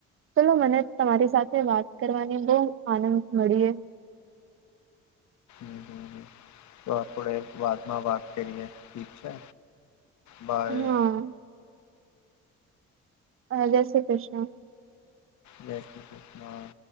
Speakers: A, on the right; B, on the left.
A: ચલો મને તમારી સાથે વાત કરવાની બહુ આનંદ મળીએ.
B: હમ <unintelligible> વાતમાં વાત કરીએ. ઠીક છે? બાય
A: હા. અહ જય શ્રી કૃષ્ણ.
B: જય કૃષ્ણ